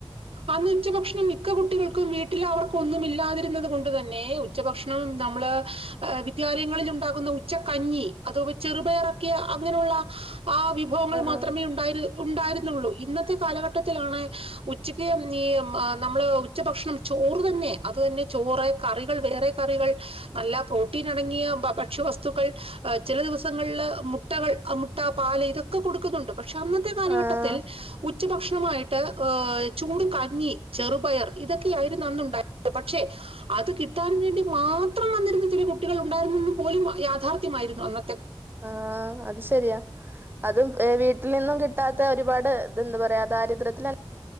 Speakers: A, on the right; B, on the right.
A: അന്ന് ഉച്ചഭക്ഷണം മിക്ക കുട്ടികൾക്കും വീട്ടിൽ അവർക്കും ഒന്നും ഇല്ലാതിരുന്നത് കൊണ്ട് തന്നെ ഉച്ചഭക്ഷണം നമ്മള് വിദ്യാലയങ്ങളിൽ ഉണ്ടാകുന്ന ഉച്ചക്കഞ്ഞി അതെ ചെറുപയറക്കിയ അങ്ങനെയുള്ള ആ വിഭവങ്ങൾ
B: ആഹ്
A: മാത്രമേ ഉണ്ടായി ഉണ്ടായിരുന്നുള്ളു ഇന്നത്തെ കാലഘട്ടത്തിലാണ് ഉച്ചക്ക് ഈ നമ്മള് ഉച്ചഭക്ഷണം ചോറ് തന്നെ അത് തന്നെ ചോറ കറികൾ വേറെ റികൾ നല്ല പ്രോട്ടീൻ അടങ്ങിയ ഭക്ഷ്യവസ്തുക്കൾ ചില ദിവസങ്ങളില് മുട്ടകൾ മുട്ട പാൽ ഇതൊക്കെ കൊടുക്കുന്നുണ്ട് പക്ഷെ അന്നത്തെ കാലഘട്ടത്തിൽ
B: ആഹ്
A: ഉച്ച ഭക്ഷണമായിട്ട് ചൂട് കഞ്ഞി ചെറുപയർ ഇതൊക്കെയായിര്ന്നുഅന്ന് ഉണ്ടായ പക്ഷെ അത് കിട്ടാൻ വേണ്ടി മാത്രം വന്നിരുന്ന ചില കുട്ടികൾ ഉണ്ടായിരുന്നെന്ന് പോലും യാഥാർത്ഥ്യമായിരുന്നു അന്ന
B: ആ അത് ശരിയാ അതും ഏ വീട്ടിൽ നിന്നും കിട്ടാത്ത ഒരുപാട് ഇത് എന്താ പറയാ ദാരിദ്ര്യത്തില